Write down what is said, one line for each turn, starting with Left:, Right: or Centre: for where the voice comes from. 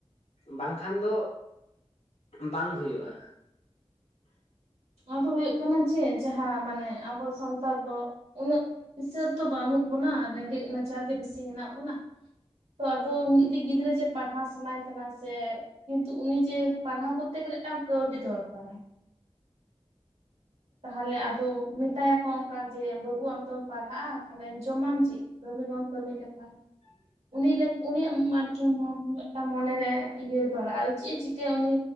Left: ᱵᱟᱝᱠᱷᱟᱱ ᱫᱚ ᱵᱟᱝ ᱦᱩᱭᱩᱜᱼᱟ᱾ <unintelligible>
Right: ᱟᱫᱚ ᱦᱳᱭᱳᱜ ᱠᱟᱱᱟ ᱪᱮ ᱡᱟᱦᱟᱸ ᱢᱟᱱᱮ ᱟᱵᱚ ᱥᱟᱱᱛᱟᱲ ᱫᱚ ᱩᱱᱟᱹᱜ ᱠᱤᱥᱟᱹᱨ ᱫᱚ ᱵᱟᱹᱱᱩᱜ ᱵᱚᱱᱟ᱾ ᱨᱮᱸᱜᱮᱡ ᱱᱟᱪᱟᱨ ᱜᱮ ᱵᱤᱥᱤ ᱦᱮᱱᱟᱜ ᱵᱚᱱᱟ ᱛᱚ ᱟᱫᱚ ᱠᱟᱹᱴᱤᱡ ᱜᱤᱫᱽᱨᱟᱹ ᱡᱮ ᱯᱟᱲᱦᱟᱣ ᱥᱟᱱᱟᱭᱮ ᱠᱟᱱᱟ ᱥᱮ ᱠᱤᱛᱩ ᱩᱱᱤ ᱡᱮ ᱯᱟᱲᱦᱟᱣ ᱠᱚᱨᱛᱮ ᱜᱮᱞᱮ ᱢᱤᱫᱴᱟᱝ ᱠᱟᱹᱣᱰᱤ ᱫᱚᱦ ᱠᱟᱨᱟᱭ ᱛᱟᱦᱞᱮ ᱟᱫᱚ ᱢᱮᱛᱟᱭᱟᱠᱚ ᱚᱱᱠᱟ ᱡᱮ ᱵᱟᱹᱵᱩ ᱟᱢ ᱫᱚᱚᱢ ᱯᱟᱲᱦᱟᱜᱼᱟ᱾ ᱛᱟᱦᱞᱮ ᱡᱚᱢᱟᱢ ᱪᱮᱫ? ᱠᱟᱹᱢᱤ ᱵᱟᱢ ᱠᱟᱹᱢᱤ ᱞᱮᱠᱷᱟᱱ
Left: ᱦ <unintelligible>
Right: ᱩᱱᱤ ᱩᱱᱤᱭᱟᱜ ᱢᱟᱨᱠᱤᱝ ᱦᱚᱸ ᱮᱴᱟ ᱢᱚᱱᱮᱨᱮ ᱤᱭᱟᱹᱟᱹᱨ ᱯᱟᱲᱟᱜᱼᱟ᱾ ᱟᱫᱚ ᱪᱮᱫᱼ ᱮ ᱪᱤᱠᱟᱹᱭᱟ ᱩᱱᱤ